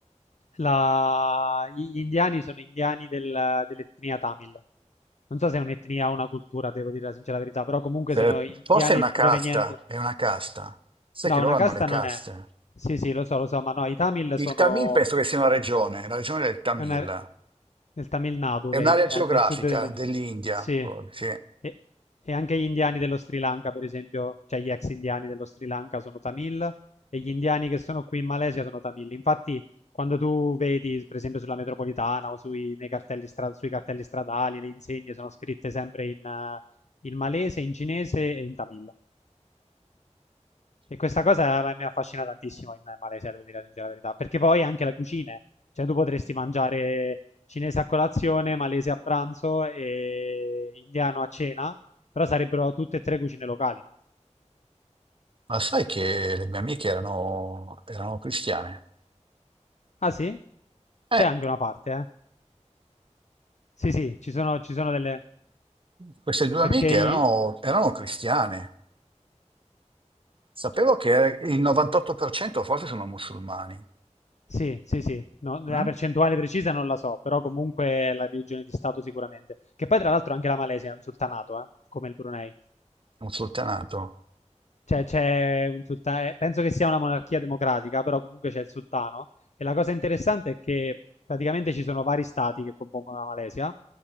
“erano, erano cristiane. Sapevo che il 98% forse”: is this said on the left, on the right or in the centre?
Right